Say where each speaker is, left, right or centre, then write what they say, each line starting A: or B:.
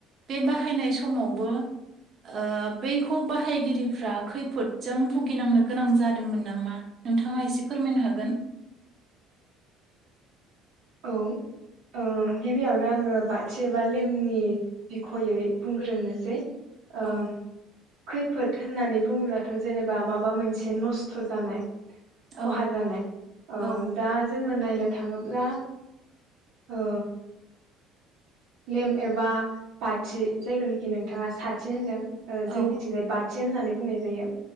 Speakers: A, on the right (about 30°); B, on the right (about 55°).
A: बे बाहायनाय समावबो ओ बै खौ बाहायगिरिफ्रा खैफोदजों भुगिनांनो गोनां जादोंमोन नामा? नोंथाङा एसे फोरमायनो हागोन?
B: औ। ओ गिबियावनो आङो बाथि बा लेमनि बिखयै बुंग्रोनोसै। ओ
A: औ
B: खैफोद होननानै बुङोब्लाथ' जेनेबा माबा मोनसे नस्थ' जानाय खहा
A: औ
B: जानाय ओ
A: औ
B: दा जों नायनो थाङोब्ला ओ लेम एबा बाथि जायखौनाखि नोंथाङा साथि होनदों। ओ
A: औ
B: जोंनिथिंजाय बाथि होननानै बुंनाय जायो।